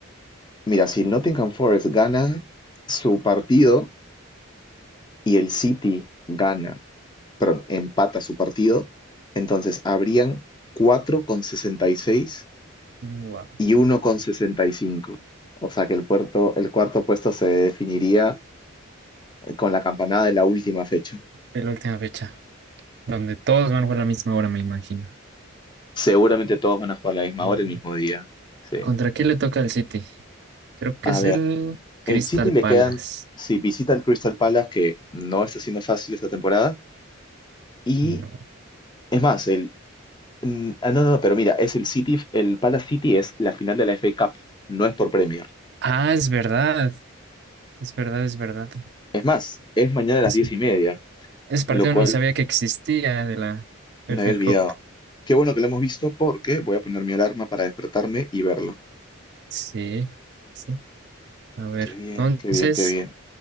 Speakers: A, on the left (about 20°); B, on the right (about 55°).
A: mira, si el Nottingham Forest gana su partido y el City gana perdón, empata su partido, entonces habrían cuatro con sesenta y seis y
B: Wow,
A: y uno con sesenta y cinco O sea que el puerto, el cuarto puesto se definiría con la campanada de la última fecha.
B: es la última fecha, donde todos van a jugar a la misma hora, me imagino.
A: Seguramente todos van a jugar a la misma
B: Bueno,
A: hora el mismo día. Sí.
B: ¿Contra quién le toca al City? Creo que
A: A
B: es
A: ver,
B: el Crystal
A: el City le
B: Palace.
A: quedan, si visita el Crystal Palace, que no está siendo fácil esta temporada, y
B: No.
A: es más, el, mm, ah, no, no, no, pero mira, es el City, el Palace City es la final de la FA Cup, no es por premio.
B: Ah, es verdad, es verdad, es verdad.
A: Es más, es mañana a las
B: Es
A: diez y media,
B: Ese partido
A: lo cual
B: ni sabía que existía de la
A: me
B: F
A: había
B: A
A: olvidado.
B: Cup.
A: Qué bueno que lo hemos visto porque voy a poner mi alarma para despertarme y verlo.
B: Sí, sí. A ver,
A: Qué bien,
B: entonces,
A: qué bien, qué bien.